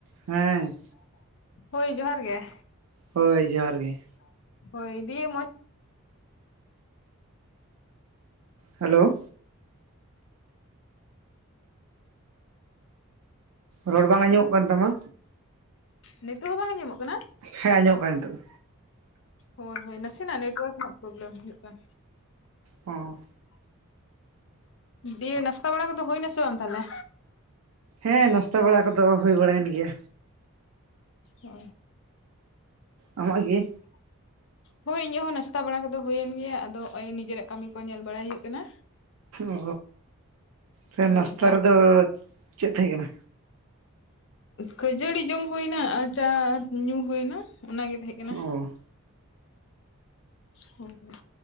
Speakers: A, on the right (about 80°); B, on the left (about 55°).
A: ᱦᱮᱸ
B: ᱦᱳᱭ ᱡᱚᱦᱟᱨ ᱜᱮ
A: ᱦᱳᱭ ᱡᱚᱦᱟᱨ ᱜᱮ
B: ᱦᱳᱭ ᱫᱤᱭ ᱢᱚᱡᱽ
A: ᱦᱮᱞᱳ ᱨᱚᱲ ᱵᱟᱝ ᱟᱸᱡᱚᱢᱚᱜ ᱠᱟᱱ ᱛᱟᱢᱟ
B: ᱱᱤᱛᱚᱜ ᱦᱚᱸ ᱵᱟᱝ ᱟᱸᱚᱢᱚᱜ ᱠᱟᱱᱟ
A: ᱦᱮᱸ ᱟᱸᱡᱚᱢᱚᱜ ᱠᱟᱱᱟ ᱱᱤᱛᱚᱜ ᱫᱚ
B: ᱦᱳᱭ ᱦᱳᱭ ᱱᱟᱥᱮᱱᱟᱜ ᱱᱮᱴᱳᱣᱟᱨᱠ ᱨᱮᱱᱟᱜ ᱯᱨᱚᱵᱞᱮᱢ ᱦᱩᱭᱩᱜ ᱠᱟᱱ
A: ᱚ
B: ᱰᱤᱭᱮ ᱱᱟᱥᱛᱟ ᱵᱲᱟ ᱠᱚᱫᱚ ᱦᱩᱭ ᱱᱟᱥᱮ ᱵᱟᱝ ᱛᱟᱦᱚᱞᱮ
A: ᱦᱮᱸ ᱱᱟᱥᱛᱟ ᱵᱟᱲᱟ ᱠᱚᱫᱚ ᱦᱩᱭ ᱵᱟᱲᱟᱭᱮᱱ ᱜᱮᱭᱟ
B: ᱦᱚ
A: ᱟᱢᱟᱜ ᱜᱤ
B: ᱦᱳᱭ ᱤᱧᱟᱹᱜ ᱦᱚᱸ ᱱᱟᱥᱛᱟ ᱵᱟᱲᱟ ᱠᱚᱫᱚ ᱦᱚᱭ ᱤᱭᱟᱸ ᱦᱚᱸ ᱱᱟᱥᱛᱟ ᱵᱟᱲᱟ ᱠᱚᱫᱚ ᱦᱩᱭᱮᱱ ᱜᱮᱭᱟ ᱟᱫᱚ ᱱᱚᱜᱼᱚᱭ ᱱᱤᱡᱮᱨᱟᱜ ᱠᱟᱹᱢᱤ ᱠᱚ ᱧᱮᱞ ᱵᱟᱲᱟᱭ ᱦᱩᱭᱩᱜ ᱠᱟᱱᱟ
A: ᱚ ᱥᱮ
B: ᱦᱳᱭ
A: ᱱᱟᱥᱛᱟ
B: ᱟᱨ
A: ᱨᱮᱫᱚ ᱪᱮᱫ ᱛᱟᱦᱮᱸ ᱠᱟᱱᱟ
B: ᱠᱷᱟᱹᱡᱟᱹᱲᱤ ᱡᱚᱢ ᱦᱩᱭᱱᱟ ᱟᱨ ᱪᱟ ᱧᱩ ᱦᱩᱭᱱᱟ ᱚᱱᱟᱜᱮ ᱛᱟᱦᱮᱸ ᱠᱟᱱᱟ
A: ᱚ
B: ᱦᱚᱸ